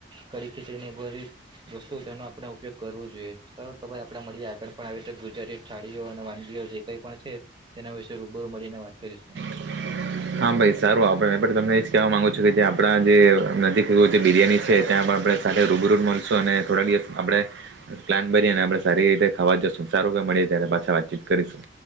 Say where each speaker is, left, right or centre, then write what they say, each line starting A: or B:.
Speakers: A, on the right (about 25°); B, on the right (about 60°).
A: કડી ખીચડી ને ભરી વસ્તુ તેનો આપણે ઉપયોગ કરવો જોઈએ. સારું તો ભાઈ આપે મળીએ આગળ પણ આવી રીતે ગુજરાતી થાળીઓ અને વાન જે કઈ પણ છે તેના વિશેે રૂબરૂ મળીને વાત કરીશું.
B: <inaudible> હા ભાઈ સારું આપડે તમને એજ કેહેવા માંગુ છું કે જે આપડા જે નજીક એવું જે બિરિયાની છે ત્યાં આપડે સાથે રૂબીરૂ મળશુ અને થોડાક દિવસ આપડે. પ્લાન બનીને આપડે સારી રીતે ખાવા જશું સારું કે મળીએ ત્યારે પાછા વાતચીત કરીશું.